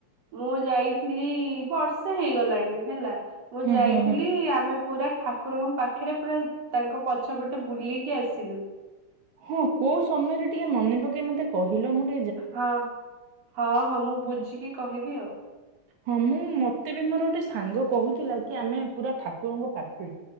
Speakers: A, on the right (about 60°); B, on the right (about 80°).
A: ମୁଁ ଯାଇଥିଲି ବର୍ଷେ ହେଇଗଲାଣି ହେଲା। ମୁଁ
B: ହୁଁ
A: ଯାଇଥିଲି
B: ହୁଁ ହୁଁ।
A: ଆମେ ପୁରା ଠାକୁରଙ୍କ ପାଖରେ ପୁରା ତାଙ୍କ ପଛପଟ ବୁଲିକି ଆସିଲୁ।
B: ହଁ କୋଉ ସମୟରେ ଟିକେ ମନେ ପକେଇ ମତେ କହିଲ ମୁ ଟ
A: ହଁ ହଁ ହଁ ମୁଁ ବୁଝିକି କହିବି ଆଉ।
B: ହଁ ମୁଁ ମତେ ବି ମୋର ଗୋଟେ ସାଙ୍ଗ କହୁଥିଲା କି ଆମେ ପୁରା ଠାକୁରଙ୍କ ପାଖକୁ